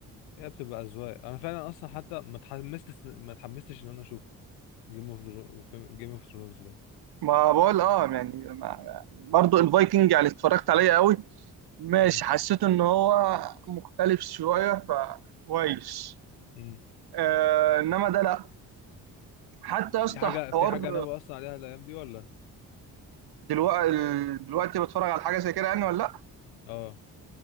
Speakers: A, on the left; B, on the right.
A: هي بتبقى اذواق انا فعلا اصلا حتى ما اتحمستش ما اتحمستش ان انا اشوف جيم اوف جيم اوف ثرونز ده
B: ما بقول اه يعني ما... برضو الفايكنج يعني اتفرجت عليه قوي ماشي
A: امم
B: حسيت ان هو مختلف شويه فكويس
A: امم
B: آه انما ده لا حتى يا اسطى
A: في حاجه
B: حوار
A: في حاجه ناوي اصلا عليها الايام دي ولا
B: دلوقتي دلوقتي بتفرج على حاجه زي كده يعني ولا لا
A: اه